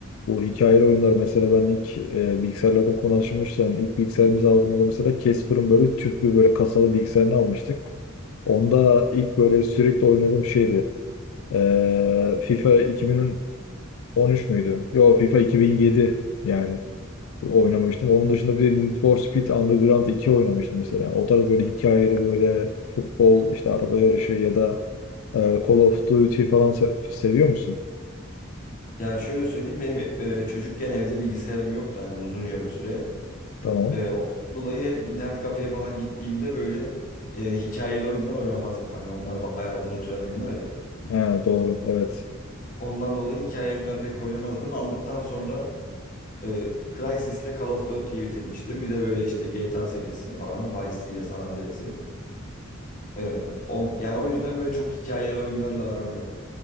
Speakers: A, on the left; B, on the left.
A: Bu hikayeli oyunlar mesela ben ilk e, bilgisayarla da konuşmuşken ilk bilgisayarımızı aldığımızda mesela Casper'ın böyle tüplü böyle kasalı bilgisayarını almıştık. Onda ilk böyle sürekli oynadığım şeydi. E, FIFA 2013 müydü? Yo FIFA 2007 yani oynamıştım. Onun dışında bir de Need for Speed Underground 2 oynamıştım mesela. O tarz böyle hikayeli böyle futbol işte araba yarışı ya da e, Call of Duty falan se- seviyor musun?
B: Yani şöyle söyleyeyim benim e, çocukken evde bilgisayarım yoktu hani uzunca bir süre.
A: Tamam.
B: E, ondan dolayı hep internet kafeye falan gittiğimde böyle e, hikayeli oyunlar oynamazdım. Hani onlar bayağı uzun süren oyunlar ya.
A: He, doğru evet.
B: Ondan dolayı hikaye oyunları pek oynamazdım. Aldıktan sonra e, Crysis'le Call of Duty'yi bitirmiştim. Bir de böyle işte GTA serisini falan, Vice City ile San Andreas'ı. E, on, yani o yüzden böyle çok hikayeli oyunlarla aram yok.